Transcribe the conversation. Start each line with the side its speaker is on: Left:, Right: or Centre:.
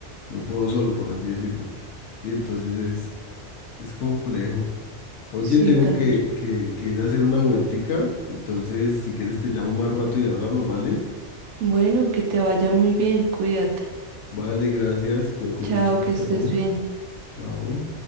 Left: no puedo solo, por así decirlo. Y entonces es complejo. Oye,
Right: sí,
Left: tengo
Right: la-
Left: que, que, que ir a hacer una vueltica. Entonces, si quieres, te llamo más rato y hablamos, ¿vale?
Right: Bueno, que te vaya muy bien, cuídate.
Left: Vale, gracias. Cuídate mucho.
Right: Chao, que
Left: Chao.
Right: estés bien.
Left: Chao.